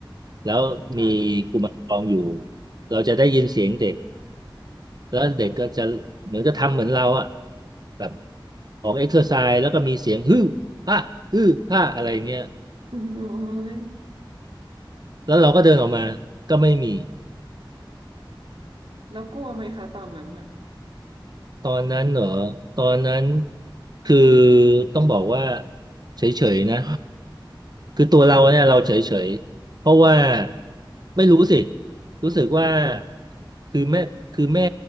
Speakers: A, on the right; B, on the right.
A: แล้วมีกุมารทองอยู่
B: ค่ะ
A: เราจะได้ยินเสียงเด็ก แล้วเด็กก็จะเหมือนจะทำเหมือนเราอะแบบออกเอ็กซ์ s ซอร์ไซส์แล้วก็มีเสียงฮือฮาฮือฮาอะไรเงี้ย
B: <laughs> โอ้ย
A: แล้วเราก็เดินออกมาก็ไม่มี
B: แล้วกลัวไหมคะตอนนั้นน่ะ
A: ตอนนั้นเหรอตอนนั้นคือต้องบอกว่าเฉยๆนะคือตัวเราเนี่ยเราเฉยๆเพราะว่าไม่รู้สิรู้สึกว่าคือแม่คือแม่